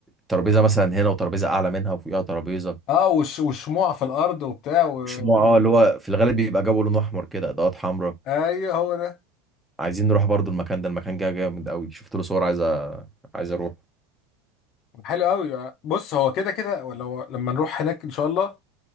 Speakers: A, in the centre; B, on the left.
A: ترابيزه مثلا هنا وترابيزه اعلى منها وفوقها ترابيزه
B: اه وش... وشموع في الارض وبتاع و...
A: مش نوع اه اللي هو في الغالب بيبقى جو لون احمر كده اضاءات حمراء
B: ايوه هو ده
A: عايزين نروح برضو المكان ده المكان جه جامد قوي شفت له صور عايز أ- عايز اروح
B: حلو قوي بص هو كده كده لو لما نروح هناك ان شاء الله